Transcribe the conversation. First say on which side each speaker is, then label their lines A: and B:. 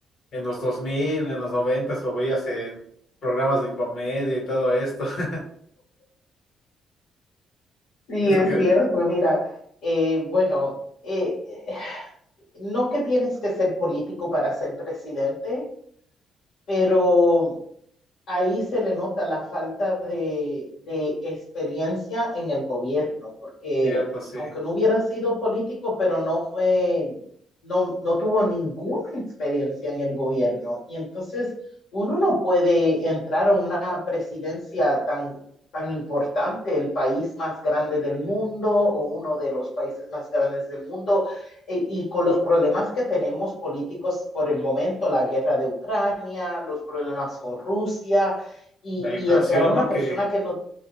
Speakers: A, on the left (about 55°); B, on the left (about 75°).
A: en los 2000 en los 90 lo veías en programas de comedia y todo esto. <laughs>
B: Sí,
A: Es
B: es
A: lo que
B: cierto,
A: es
B: mira, eh, bueno, eh, eh, no que tienes que ser político para ser presidente, pero ahí se le nota la falta de, de experiencia en el gobierno, porque
A: cierto, sí.
B: aunque no hubiera sido político, pero no fue, no, no tuvo ninguna experiencia en el gobierno. Y entonces uno no puede entrar a una presidencia tan, tan importante, el país más grande del mundo o uno de los países más grandes del mundo, eh, y con los problemas que tenemos políticos por el momento, la guerra de Ucrania, los problemas con Rusia, y,
A: La inflación,
B: y entrar una
A: ¿no?
B: persona
A: Que
B: que no,